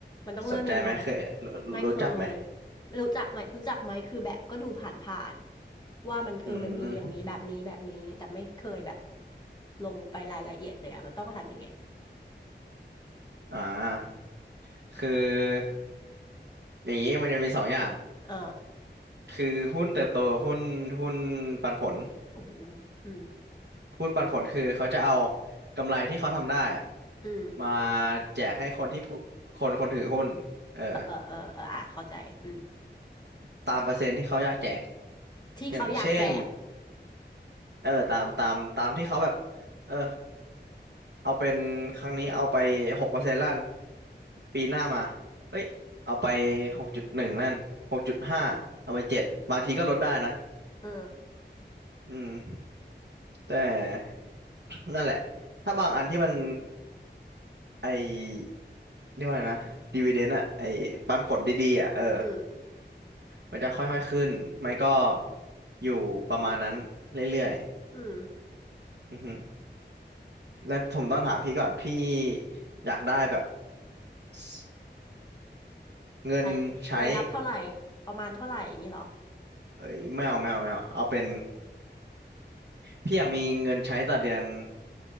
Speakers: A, on the left; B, on the right.
A: มันต้องเริ่มยังไง
B: สนใจไหมเคยรู้รู้จักไหม
A: ไม่เคยรู้จักไหมรู้จักไหมคือแบบก็ดูผ่านๆว่ามันเออมันมีอย่างนี้แบบนี้แบบนี้
B: อืม
A: แต่ไม่เคยแบบลงไปรายละเอียดเลยอ่ะมันต้องทำยังไง
B: อ่าคืออย่างนี้มันจะมีสองอย่าง
A: เออ
B: คือหุ้นเติบโตกับหุ้นหุ้นปันผล
A: โอ้โหอืม
B: หุ้นปันผลคือเขาจะเอากำไรที่เขาทำได้อะ
A: อืม
B: มาแจกให้คนที่ผู้คนคนถือหุ้นเออ
A: เออเออเอออ่ะเข้าใจ อืม
B: ตามเปอร์เซ็นต์ที่เขาอยากแจก
A: ที่เขาอยากแจก
B: อย่างเช่นเออตามตามตามที่เขาแบบเออเอาเป็นครั้งนี้เอาไปหกเปอร์เซ็นต์ล้านปีหน้ามาเอ้ยเอาไปหกจุดหนึ่งล้านหกจุดห้าเอาไปเจ็ดบางทีก็ลดได้นะ
A: เออ
B: อืมแต่ <coughs> นั่นแหละถ้าบางอันที่มันไอเรียกว่าไงนะดีว i เดน d อะไอปันผลดีๆอะเออ
A: อืม
B: มันจะค่อยๆขึ้นไม่ก็อยู่ประมาณนั้นเรื่อย
A: อืม
B: ๆอือฮึแล้วผมต้องถามพี่ก่อนพี่อยากได้แบบสเงินใช้
A: รายรายรับเท่าไหร่ ประมาณเท่าไหร่อย่างนี้เหรอ
B: เอ้ยไม่เอาไม่เอาไม่เอาเอาเป็นพี่อยากมีเงินใช้ต่อเดือน